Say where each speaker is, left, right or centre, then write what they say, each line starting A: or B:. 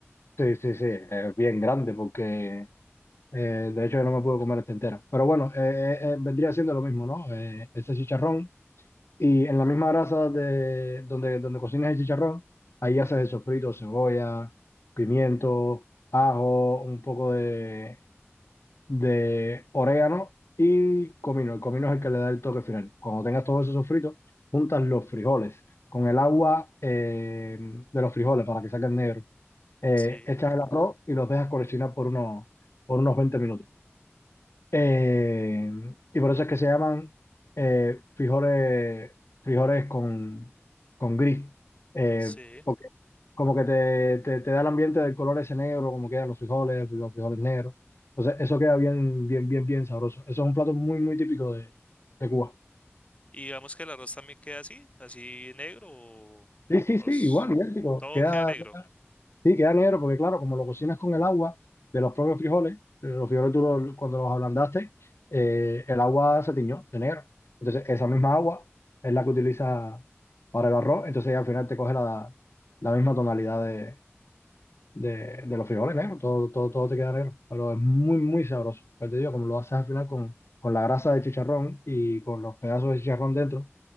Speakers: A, on the left; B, on the left.
A: Sí, sí, sí, eh, bien grande porque Eh, de hecho, yo no me pude comer esta entera. Pero bueno, eh, eh, eh, vendría siendo lo mismo, ¿no? Eh, ese chicharrón. Y en la misma grasa de donde, donde cocinas el chicharrón, ahí haces el sofrito, cebolla, pimiento, ajo, un poco de, de orégano y comino. El comino es el que le da el toque final. Cuando tengas todo ese sofrito, juntas los frijoles con el agua eh, de los frijoles para que saquen negro. Eh,
B: Sí,
A: echas el arroz y los dejas cocinar por unos, por unos 20 minutos. Eh, y por eso es que se llaman eh, frijoles, frijoles con, con gris. Eh,
B: sí.
A: porque como que te, te, te da el ambiente del color ese negro, como quedan los frijoles, los frijoles negros. Entonces, eso queda bien, bien, bien, bien sabroso. Eso es un plato muy, muy típico de, de Cuba.
B: Y digamos que el arroz también queda así, así negro o,
A: Sí, sí,
B: o
A: sí,
B: s-
A: igual, idéntico.
B: todo
A: Queda.
B: queda negro.
A: Sí, queda negro porque claro, como lo cocinas con el agua de los propios frijoles, eh, los frijoles tú los- cuando los ablandaste, eh, el agua se tiñó de negro. Entonces esa misma agua es la que utiliza para el arroz, entonces al final te coge la, la misma tonalidad de, de- de los frijoles negros, todo, todo, todo te queda negro, pero es muy, muy sabroso. Pues te digo, como lo haces al final con, con la grasa de chicharrón y con los pedazos de chicharrón dentro,